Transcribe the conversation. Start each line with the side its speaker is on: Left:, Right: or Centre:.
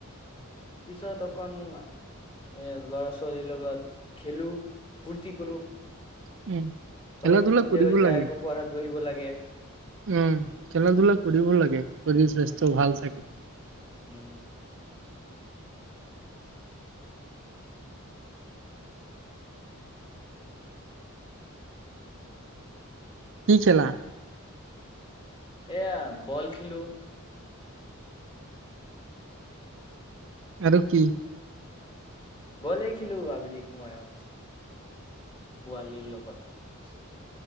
Left: পিছত অকন এ, ল'ৰা ছোৱালীৰ লগত খেলো ফুৰ্তি কৰো।
Right: উম।
Left: তাছত
Right: খেলা ধূলা
Left: খুন্দিয়া
Right: কৰিব
Left: যায়
Right: লাগে।
Left: আকৌ পহাত বহিব লাগে। গে
Right: উম, খেলা-ধূলা কৰিব লাগে। শৰীৰ স্বাস্থ্যও
Left: অ
Right: ভাল থাকে।
Left: উম।
Right: কি খেলা?
Left: এয়া বল খেলো।
Right: আৰু কি?
Left: বলেই খিলো আবেলি সময়ত পোৱালিৰ লগত।